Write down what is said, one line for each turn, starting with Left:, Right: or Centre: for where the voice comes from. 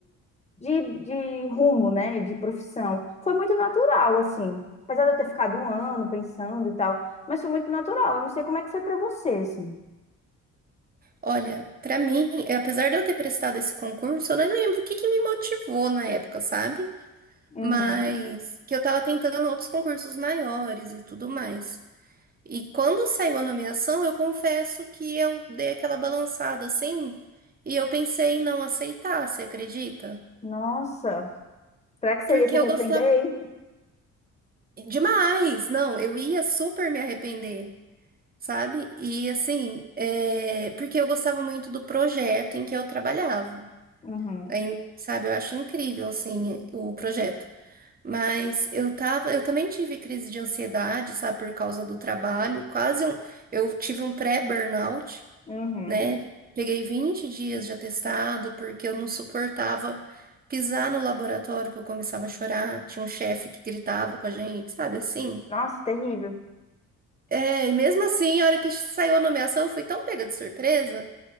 Left: de, de rumo, né? De profissão. Foi muito natural, assim. Apesar de eu ter ficado um ano pensando e tal. Mas foi muito natural. Eu não sei como é que foi pra você, assim.
Right: Olha, para mim, eh, apesar de eu ter prestado esse concurso, eu nem lembro o que que me motivou na época, sabe?
Left: Uhum.
Right: Mas que eu tava tentando outros concursos maiores e tudo mais. E quando saiu a nomeação, eu confesso que eu dei aquela balançada assim, e eu pensei em não aceitar, você acredita?
Left: Nossa. Será que você
Right: Porque
Left: ia se arrepender,
Right: eu gostava
Left: hein?
Right: demais, não, eu ia super me arrepender, sabe? E assim, é, porque eu gostava muito do projeto em que eu trabalhava.
Left: Uhum.
Right: Aí, sabe, eu acho incrível assim o projeto. Mas eu tava, eu também tive crise de ansiedade, sabe, por causa do trabalho, quase um, eu tive um pré-burnout.
Left: Uhum.
Right: né? Peguei 20 dias de atestado porque eu não suportava pisar no laboratório que eu começava a chorar. Tinha um chefe que gritava com a gente, sabe assim?
Left: Nossa, terrível.
Right: É, e mesmo assim, a hora que saiu a nomeação, eu fui tão pega de surpresa